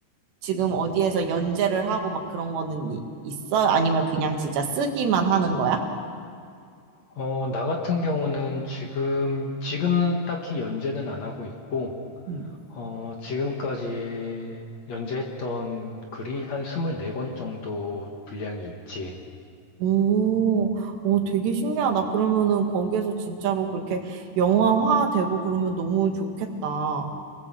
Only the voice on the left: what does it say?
어, 나 같은 경우는 지금, 지금 딱히 연재는 안 하고 있고,
어, 지금까지 연재했던 글이 한 24권 정도 분량이 있지.